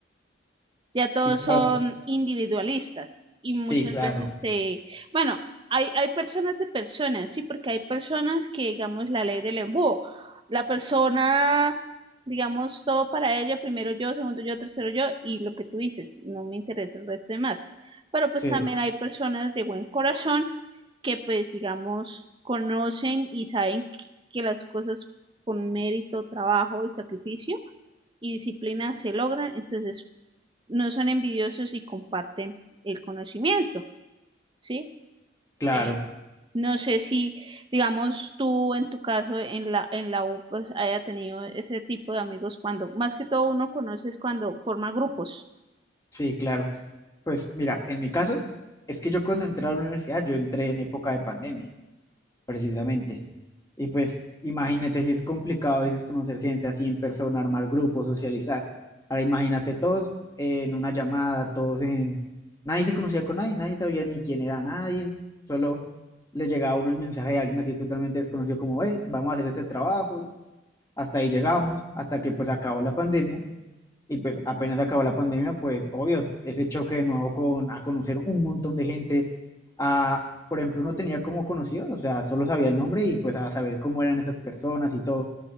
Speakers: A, on the right; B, on the left.
A: ya todos
B: y claro,
A: son individualistas y muchas
B: sí, claro,
A: veces se, bueno, hay, hay personas de personas, sí, porque hay personas que, digamos, la ley del embudo, la persona, digamos, todo para ella, primero yo, segundo yo, tercero yo, y lo que tú dices, no me interesa el resto de más. Pero pues
B: sí,
A: también hay personas de buen corazón que pues, digamos, conocen y saben que las cosas con mérito, trabajo y sacrificio y disciplina se logran, entonces no son envidiosos y comparten el conocimiento, ¿sí?
B: claro,
A: Eh, no sé si, digamos, tú en tu caso en la, en la U, pues haya tenido ese tipo de amigos cuando, más que todo uno conoces cuando forma grupos,
B: sí, claro. Pues mira, en mi caso, es que yo cuando entré a la universidad, yo entré en época de pandemia, precisamente. Y pues imagínate si es complicado a veces conocer gente así en persona, armar grupos, socializar. Ahora imagínate todos en una llamada, todos en... Nadie se conocía con nadie, nadie sabía ni quién era nadie, solo le llegaba a uno el mensaje de alguien así totalmente desconocido como, ve, vamos a hacer este trabajo, y hasta ahí llegamos, hasta que pues acabó la pandemia y pues apenas acabó la pandemia, pues obvio, ese choque de nuevo con a conocer un montón de gente. A, por ejemplo, no tenía como conocidos, o sea, solo sabía el nombre y pues a saber cómo eran esas personas y todo.